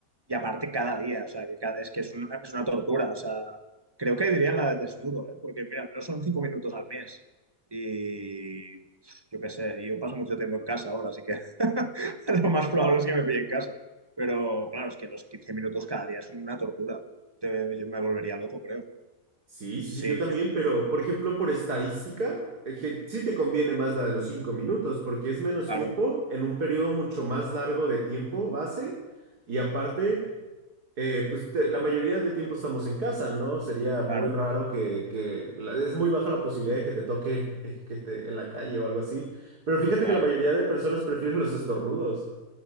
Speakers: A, on the right; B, on the right.
A: y aparte cada día, o sea, que cada- es que es una, es una tortura, o sea, creo que diría la de desnudo, ¿eh? Porque mira, no son cinco minutos al mes y yo qué sé, yo paso mucho tiempo en casa ahora, así que <laughs> lo más probable es que me pille en casa. Pero claro, es que los 15 minutos cada día es una tortura. Te- yo me volvería loco, creo.
B: Sí, sí,
A: Sí,
B: sí, yo también,
A: que-
B: pero por ejemplo, por estadística, eh, je- sí te conviene más la de los cinco minutos, porque es menos
A: claro,
B: tiempo en un periodo mucho más largo de tiempo base, y aparte, eh, pues te- la mayoría de tiempo estamos en casa, ¿no? Sería muy
A: claro,
B: raro que, que la- es muy baja la posibilidad de que te toque <laughs> que te, en la calle o algo así, pero fíjate
A: claro.
B: que la mayoría de personas prefieren los estornudos.